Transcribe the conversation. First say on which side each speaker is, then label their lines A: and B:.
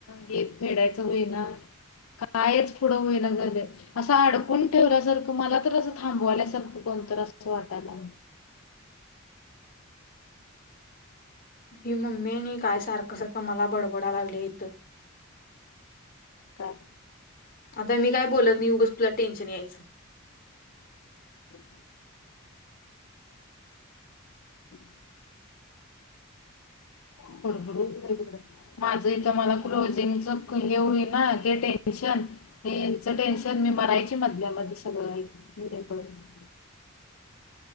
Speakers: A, on the left (about 80°); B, on the left (about 45°).
A: हे फेडायचं होई ना? कायच पुढं होई ना झालय. असं अडकून ठेवल्यासारखं, मला तर असं थांबवाल्याच सारखं कोणतर असंच वाटायला.
B: ही मम्मी आणि काय सारखं सारखं मला बडबडा लागलिया इथं.
A: काय?
B: आता मी काय बोलत नाही उगच तुला टेन्शन यायचं.
A: <inaudible> <inaudible> <unintelligible> माझं इथं मला क्लोजिंगच हे होईना ना ते टेन्शन यांच टेन्शन मी मरायची मधल्यामध्ये. <unintelligible>